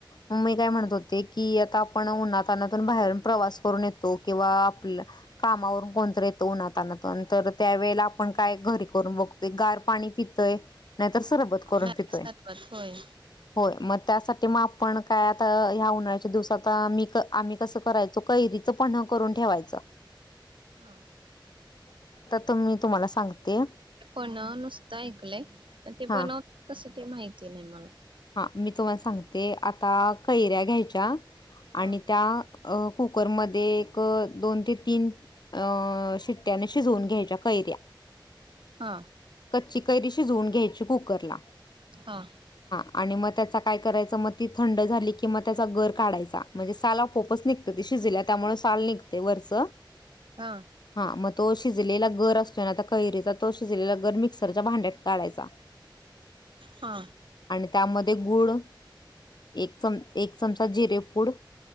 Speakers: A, on the left (about 55°); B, on the right (about 75°).
A: म मी काय म्हणत होते की, कि आता आपण उन्हातानातून बाहेरून प्रवास करून येतो किंवा आपल्या कामावरून कोणतरी येत. उन्हाळ्यातून तर त्या वेळेला आपण काय घरी करून बघतोय गार पाणी पितोय. नाही तर सरबत करून
B: नारळ
A: पितोय
B: सरबत होय
A: होय मग त्यासाठी मग आपण काय आता ह्या उन्हाळ्याच्या दिवसात मी क आम्ही कसं करायचो कैरीचं पन्ह करून ठेवायच.
B: हा
A: तर मी तुम्हाला सांगते.
B: पन्ह नुसत ऐकलंय ते
A: हां,
B: बनवत कसं ते माहिती नाही मला
A: हा मी तुम्हाला सांगते आता कैऱ्या घ्यायच्या
B: हा
A: आणि त्या कुकरमध्ये एक दोन ते तीन अ शिट्टयाने शिजवून घ्यायच्या कैर्या
B: हा
A: कैरी शिजवून घ्यायची कुकर ला
B: हा
A: आणि मग त्याचा काय करायचं मग ती थंड झाली की मग त्याचा गर काढायचा म्हणजे सालाव पोपच निघतं ति त्यामुळे साल निघते वरच
B: हा
A: हा मग तो शिजलेला गर असतोय ना आ कैरीचा तो शिजलेला र मिक्सरच्या भांड्यात काढायचा
B: हा
A: आणि त्यामध्ये गुड एक चम एक चमचा जिरे ूड